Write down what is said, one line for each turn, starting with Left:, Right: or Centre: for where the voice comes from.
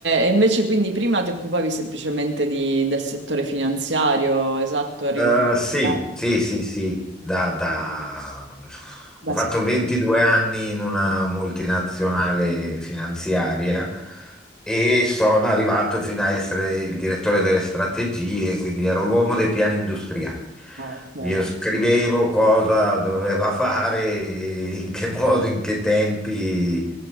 Right: eh, invece quindi prima ti occupavi semplicemente di- del settore finanziario, esatto, eri
Centre: Eh,
Right: un...
Centre: sì,
Right: Da,
Centre: sì, sì, sì, da, da...
Right: da
Centre: Ho fatto
Right: sempre.
Centre: 22 anni in una multinazionale finanziaria e sono arrivato fino a essere il direttore delle strategie, quindi ero l'uomo dei piani industriali.
Right: Ah, ok.
Centre: Io scrivevo
Right: ok.
Centre: cosa doveva fare, in che <laughs> modo, in che tempi.